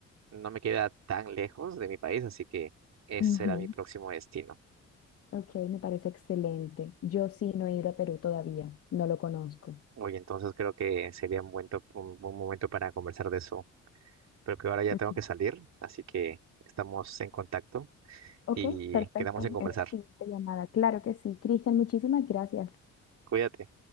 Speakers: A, on the right; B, on the left.
A: No me queda tan lejos de mi país, así que ese
B: Ujú.
A: será mi próximo destino.
B: Ok, me parece excelente. Yo sí no he ido a Perú todavía, no lo conozco.
A: Oye, entonces creo que sería un buen, to- un buen momento para conversar de eso. Pero que ahora ya
B: Ok,
A: tengo que salir, así que estamos en contacto
B: Ok,
A: y
B: perfecto.
A: quedamos en conversar.
B: En una siguiente llamada. Claro que sí. Cristian, muchísimas gracias.
A: Cuídate.